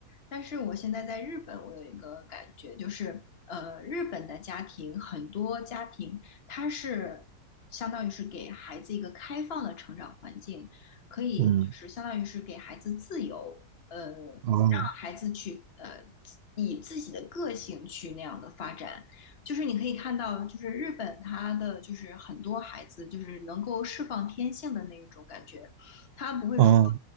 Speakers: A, on the left (about 40°); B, on the right (about 75°).
A: 但是我现在在日本，我有一个感觉，就是呃，日本的家庭很多家庭，它是相当于是给孩子一个开放的成长环境，可以就是相当于是给孩子自由，
B: 嗯
A: 呃，让孩子去呃自以自己的个性去那样的发展。
B: 哦
A: 就是你可以看到，就是日本它的就是很多孩子就是能够释放天性的那一种感觉。他不会说，
B: 哦